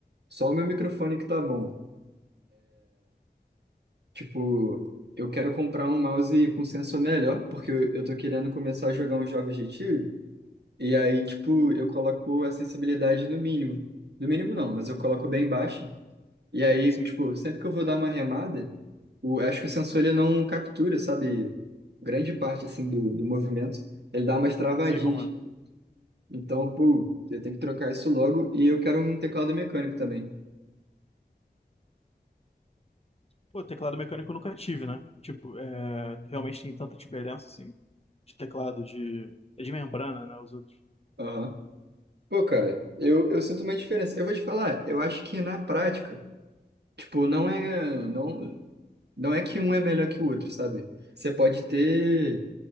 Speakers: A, on the right; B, on the left.
A: Só o meu microfone que tá bom. Tipo, eu quero comprar um mouse com sensor melhor, porque eu, eu tô querendo começar a jogar uns jogos de tiro. E aí, tipo, eu coloco a sensibilidade no mínimo. No mínimo não, mas eu coloco bem baixo. E aí,
B: Sim.
A: tipo, sempre que eu vou dar uma remada, o, acho que o sensor ele não captura, sabe? Grande parte, assim, do, do movimento. Ele dá umas travadinhas.
B: Sei como é.
A: Então, pô, eu tenho que trocar isso logo. E eu quero um teclado mecânico também.
B: Pô, teclado mecânico eu nunca tive, né? Tipo, é, realmente tem tanta diferença, assim, de teclado de. É de membrana, né? Os outros.
A: Aham. Pô, cara, eu, eu sinto uma diferença. Eu vou te falar, eu acho que na prática, tipo, não é, não, não é que um é melhor que o outro, sabe? Você pode ter,